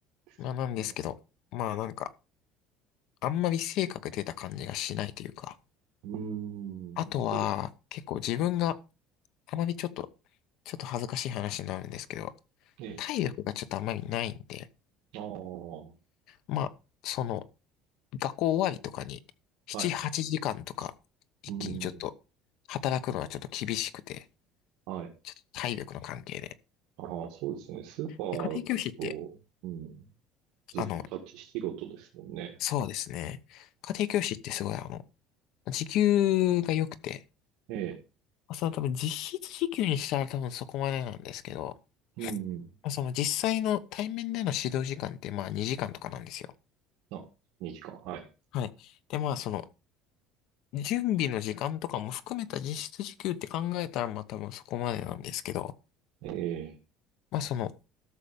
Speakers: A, on the right (about 70°); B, on the left (about 60°).
A: ですよね。
B: まあ、なんですけど、まあ、なんか、あんまり性格出た感じがしないというか、
A: うーん、
B: あとは、
A: そうです
B: 結構自分があまりちょっと、ちょっと恥ずかしい話になるんですけど、
A: ね。
B: 体力がちょっとあまりないんで、
A: ああ、は
B: まあ、その、学校終わりとかに、
A: い。
B: 7、8時間とか、一気にちょっと、
A: うん、
B: 働くのはちょっと厳しくて、
A: はい。
B: ちょっと体力の関係で。
A: ああ、そうですね。スーパーだと、
B: で、家庭教師って、
A: うん、ずっと立ち仕事ですもんね。
B: あの、そうですね。家庭教師ってすごいあの、時給が良くて、
A: ええ、
B: まあその多分実質時給にしたら多分そこまでなんですけど、
A: うん。
B: まあその実際の対面での指導時間ってまあ2時間とかなんですよ。
A: あ、2時間。はい。
B: はい。でまあその準備の時間とかも含めた実質時給って考えたらまあ多分そこまでなんですけど、
A: ええ、
B: まあその